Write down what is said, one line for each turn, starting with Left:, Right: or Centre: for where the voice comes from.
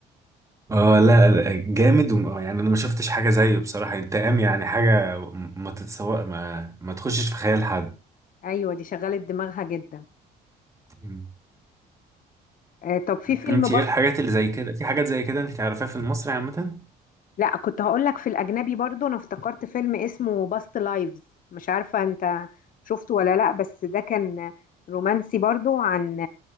Right: اه لا لا، جامد وم- آه، يعني انا ما شفتش حاجه زيه بصراحه انتقام يعني حاجه ما تتسوق ما ما تخشش في خيال حد
Left: ايوه دي شغلت دماغها جدا
Right: مم.
Left: آه، طب في فيلم
Right: انت
Left: برضه
Right: ايه الحاجات اللي زي كده في حاجات زي كده انت تعرفيها في المصري عامه
Left: لا كنت هقول لك في الاجنبي برضو انا افتكرت فيلم اسمه باست لايفز مش عارفه انت شفته ولا لا بس ده كان رومانسي برضو عن